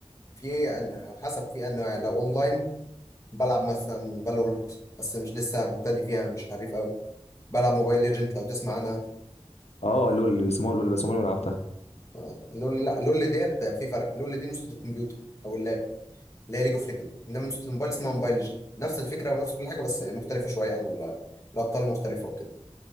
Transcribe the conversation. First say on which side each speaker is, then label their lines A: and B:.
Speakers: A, on the left; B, on the left.
A: في انا على حسب في انا لو اونلاين بلعب مثلا فالورانت بس مش لسه مبتدئ فيها مش حريف قوي بلعب موبايل ليجند لو تسمع عنها
B: أه لول اللي بيسموها لول بس عمري ما لعبتها
A: آه، لول لا لول ديت في فرق لول دي نسخة الكمبيوتر او اللاب اللي هي ليج اوف ليجند انما نسخه الموبايل اسمها موبايل ليجند نفس الفكره ونفس كل حاجه بس مختلفه شويه عن ال- الابطال مختلفه وكده